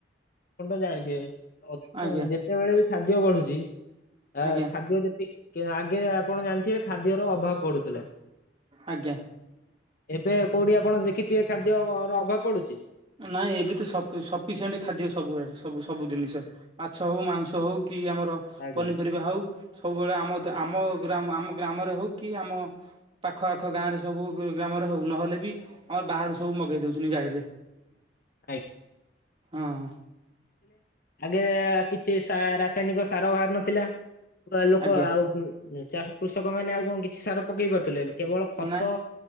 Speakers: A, on the left; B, on the right.
A: ଆପଣ ତ ଜାଣିଥିବେ
B: ଆଜ୍ଞା
A: ଯେତେବେଳେ ବି ଖାଦ୍ୟ ବଢୁଛି ଆ
B: ଆଜ୍ଞା
A: ଖାଦ୍ୟ ଯେତିି ଆଗେ ଆପଣ ଜାଣିଥିବେ ଖାଦ୍ୟର ଅଭାବ ପଢୁଥିଲା।
B: ଆଜ୍ଞା
A: ଏବେ କୋଉଠି ଆପଣ ଦେଖିଥିବେ ଖାଦ୍ୟ ର ଅଭାବ ପଡୁଛି।
B: ନାଇଁ ଏବେ ତ ସ ସଫିସିଏଣ୍ଟ ଖାଦ୍ୟ ସବୁୁଡ ସବୁ ସବୁ ଜିନିଷ ମାଛ ହଉ ମାଉଂସ ହଉ କି ଆମର
A: ଆଜ୍ଞା।
B: ପନିପରିବା ହଉ ସବୁବେଳେ ଆମ ଆମ ଗ୍ରାମ ଆମ ଗ୍ରାମରେ ହଉ କି ଆମ ପାଖ ଆଖ ଗାଁ ରେ ସବୁ ଗ୍ରାମରେ ହଉ ନହେଲେ ବି ଆମର ବାହାରୁ ସବୁ ମଗେଇ ଦଉଛନ୍ତିି ଗାଡିରେ
A: ଆଜ୍ଞା
B: ହଁ
A: ଆଗେ କିଛି ରାସାୟନିକ ସାର ବାହାର ନଥିଲା ଲୋକ
B: ଆଜ୍ଞା
A: ଆଉ କୃଷକ ମାନେ ଆଉ କଣ କିଛି ସାର ପକେଇ ପାରୁଥିଲେ କେବଳ ଖତ
B: ନାଇଁ